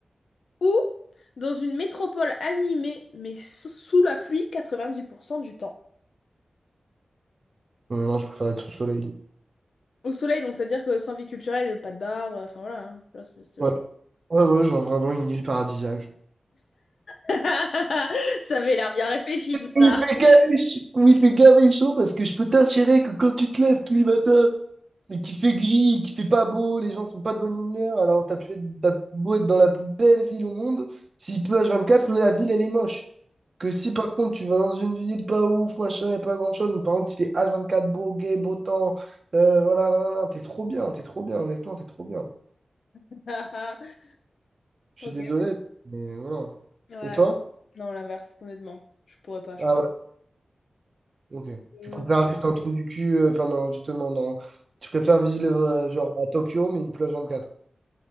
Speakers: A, on the left (about 85°); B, on the right (about 45°).
A: ou dans une métropole animée, mais s- sous la pluie 90% du temps?
B: non, je préfère être sous le soleil.
A: Au soleil, donc, c'est-à-dire que sans vie culturelle, pas de bar, euh, enfin voilà, hein. Tu vois, c'est ce
B: Ouais,
A: genre.
B: ouais, ouais, genre vraiment une île paradisiaque. genre.
A: <laughs> Ça avait l'air bien réfléchi, tout
B: Il
A: ça.
B: fait gavé ch- Oui, il fait gavé chaud parce que je peux t'assurer que quand tu te lèves tous les matins et qu'il fait gris, qu'il fait pas beau, les gens sont pas de bonne humeur, alors t'as pu être, t'as beau être dans la plus belle ville au monde, s'il pleut H24, la ville elle est moche. Que si par contre tu vas dans une ville pas ouf, machin, et pas grand chose, mais par contre il fait H24 beau, gay, beau temps, euh, voilà, nan, nan, nan, t'es trop bien, t'es trop bien, honnêtement, t'es trop bien.
A: <laughs> Ah, ah,
B: Je
A: ok.
B: suis désolé, mais voilà.
A: Ouais.
B: Et toi?
A: Non, l'inverse, honnêtement. Je pourrais pas, je
B: Ah
A: pense.
B: ouais, ok. Tu
A: Euh,
B: préfères vivre dans le trou du cul, euh, enfin non, justement, non. Tu préfères vivre euh, genre à Tokyo, mais il pleut à 24.